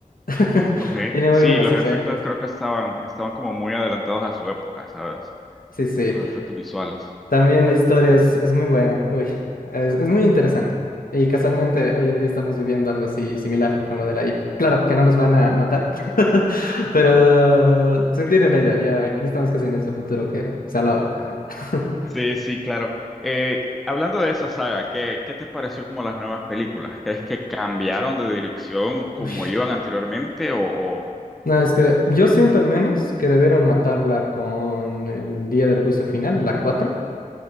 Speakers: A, on the left (about 70°); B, in the centre.
A: <laughs>
B: ok.
A: Tiene muy
B: Sí,
A: buenos
B: los
A: efectos.
B: efectos creo que estaban, estaban como muy adelantados a su época, ¿sabes?
A: Sí, sí.
B: Los efectos visuales.
A: También la historia es, es muy buena, uy, es, es muy interesante. Y casualmente hoy en día estamos viviendo algo así similar con lo de la IA. Claro, que no nos van a matar, <laughs> pero se entiende la idea, ya, ya estamos casi en ese futuro que se hablaba. <laughs>
B: Sí, sí, claro. Eh, hablando de esa saga, ¿qué, qué te pareció como las nuevas películas? ¿Crees que cambiaron de dirección como
A: Uy,
B: iban anteriormente o, o-
A: No, es que yo siento al menos que debieron matarla con el día del juicio final, la 4